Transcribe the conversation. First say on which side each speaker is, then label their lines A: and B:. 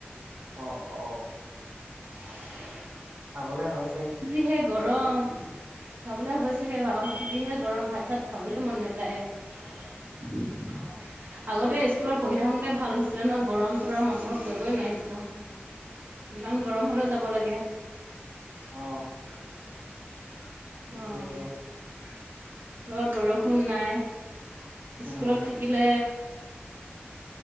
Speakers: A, on the right; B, on the right.
A: অ অ।
B: <unintelligible>
A: খাবলে হয়।
B: যিহে গৰম। খাবলৈ হৈছেগে বাৰু, যিহে গৰম ভাত চাত খাবলে মন নাযায়। আগতে
A: অ
B: স্কুলত পঢ়ি থাকোঁতে ভাল হৈছিলে নহ, গৰম চৰম অনুভৱ কৰিবই নোৱাৰিছিলো। যিমান গৰম হলেও যাব লাগে।
A: অ
B: <inaudible> অ'।
A: সেইটোৱেতো
B: ৰদ বৰষুণ নাই।
A: উম
B: স্কুলত থাকিলে